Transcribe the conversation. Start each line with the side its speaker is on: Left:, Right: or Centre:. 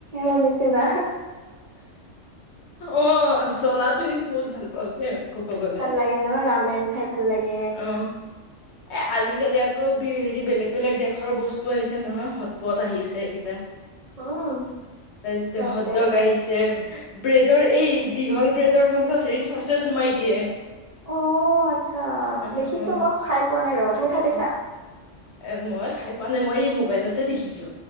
Right: মোৰ নিচিনা।
Left: অ চলাতো কিন্তু বহুত ভাল পাওঁ দে ম ক'ব গলে
Right: ভাল লাগে ন ৰামেন খাই ভাল লাগে
Left: উ এ আজিকালি আকৌ হেৰি বেলেগ বেলেগ দেশৰ বস্তু আহিছে নহয় সৎ পথ আহিছে কিবা।
Right: উম,
Left: তাৰপিছতে
Right: বাপৰে।
Left: হদ্ৰক আহিছে ব্ৰেডৰ এই দীঘল। ল ব্ৰেডৰ মাজত হেৰি চচে সোমাই দিয়ে।
Right: অ আচ্ছা
Left: অ
Right: দেখিছো
Left: অ
Right: মই খাই পোৱা নাই ৰবা, তুমি খাই পাইছা?
Left: অ এ মই খাই পোৱা নাই মই এই মোবাইলতহে দেখিছো।